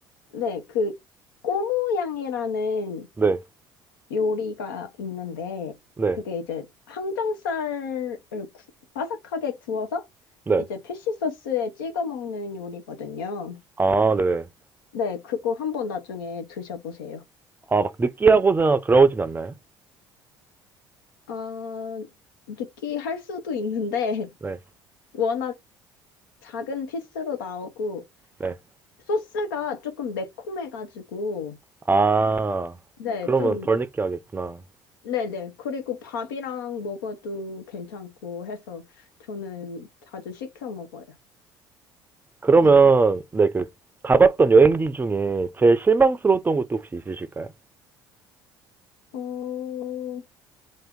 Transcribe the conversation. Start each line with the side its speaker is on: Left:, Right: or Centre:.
Left: 네. 그, 꼬무양이라는
Right: 네,
Left: 요리가 있는데
Right: 네,
Left: 그게 이제 항정살을 구- 바삭하게 구워서
Right: 네.
Left: 이제 피쉬 소스에 찍어 먹는 요리거든요.
Right: 아, 네.
Left: 네, 그거 한번 나중에 드셔보세요.
Right: 아, 막 느끼하거나 그러진 않나요?
Left: 아, 느끼할 수도 있는데
Right: 네,
Left: <laughs> 워낙 작은 피스로 나오고
Right: 네.
Left: 소스가 조금 매콤해가지고
Right: 아,
Left: 네,
Right: 그러면
Left: 좀
Right: 덜 느끼하겠구나.
Left: 네네. 그리고 밥이랑 먹어도 괜찮고 해서 저는 자주 시켜 먹어요.
Right: 그러면,
Left: 네.
Right: 네, 그, 가봤던 여행지 중에 제일 실망스러웠던 곳도 혹시 있으실까요?
Left: 어,